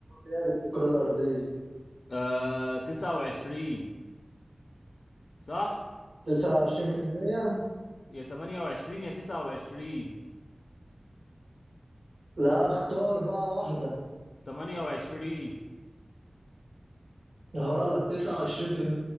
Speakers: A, on the right (about 75°); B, on the left (about 80°).
A: لعبة في الكرة الأرضية
B: آه تسعة وعشرين صح
A: 29%
B: يا تمانية وعشرين يا تسعة وعشرين
A: لا اختار بقى واحدة
B: تمانية وعشرين
A: غلط 29%